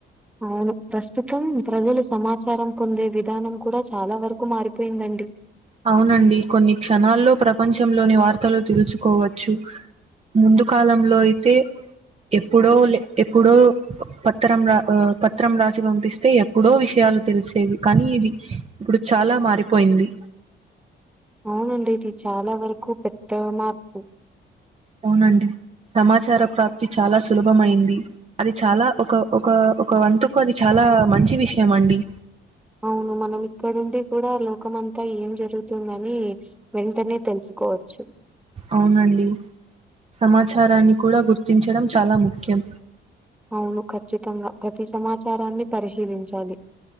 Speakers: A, in the centre; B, on the right.
A: అవును ప్రస్తుతం ప్రజలు సమాచారం పొందే విధానం కూడా చాలా వరకు మారిపోయిందండి.
B: అవునండి కొన్ని క్షణాల్లో ప్రపంచంలోని వార్తలు తెలుసుకోవచ్చు ముందు కాలంలో అయితే ఎప్పుడో లె ఎప్పుడో పత్రం రా ఆ పత్రం రాసి పంపిస్తే ఎప్పుడో విషయాలు తెలిసేవి కానీ ఇది ఇప్పుడు చాలా మారిపోయింది
A: అవునండి ఇది చాలా వరకు పెద్ద మార్పు
B: అవునండి సమాచార ప్రాప్తి చాలా సులభమయింది అది చాలా ఒక ఒక ఒక వంతుకు అది చాలా మంచి విషయం అండి
A: అవును మనం ఇక్కడుండి కూడా లోకం అంతా ఏం జరుగుతుందనీ వెంటనే తెలుసుకోవచ్చు
B: అవునండి సమాచారాన్ని కూడా గుర్తించడం చాలా ముఖ్యం
A: అవును ఖచ్చితంగా ప్రతి సమాచారాన్ని పరిశీలించాలి